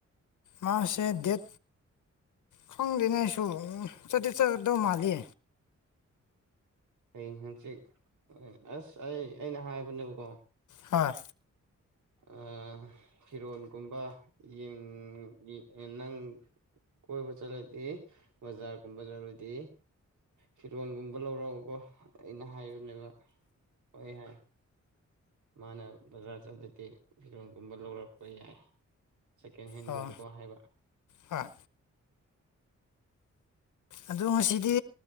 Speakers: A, on the left; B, on the right.
A: ꯃꯥꯁꯦ ꯗꯦꯠ ꯈꯪꯗꯦꯅꯦ ꯑꯩꯁꯨ ꯎ ꯆꯠꯇꯤ ꯆꯠꯗ ꯃꯥꯜꯂꯤ
B: ꯍꯌꯦꯡ ꯍꯪꯆꯤꯠ ꯑꯁ ꯑꯩ-ꯑꯩꯅ ꯍꯥꯏꯕꯅꯦꯕꯀꯣ
A: ꯍꯣꯏ
B: ꯑ ꯐꯤꯔꯣꯟ ꯒꯨꯝꯕ ꯌꯦꯡ <unintelligible> ꯀꯣꯏꯕ ꯆꯠꯂꯗꯤ ꯕꯖꯥꯔꯒꯨꯝꯕ ꯆꯠꯂꯗꯤ ꯐꯤꯔꯣꯟꯒꯨꯝꯕ ꯂꯧꯔꯧꯀꯣ ꯑꯩꯅ ꯍꯥꯏꯕꯅꯦꯕ ꯍꯣꯏ ꯍꯥꯏ ꯃꯥꯅ ꯕꯖꯥꯔ ꯆꯠꯂꯗꯤ ꯐꯤꯔꯣꯟꯒꯨꯝꯕ ꯂꯧꯔꯛꯄ ꯌꯥꯏ ꯁꯦꯀꯦꯟ ꯍꯦꯟꯒꯨꯝꯕꯀꯣ
A: ꯑꯣ
B: ꯍꯥꯏꯕ
A: ꯍꯣꯏ ꯑꯗꯣ ꯉꯁꯤꯗꯤ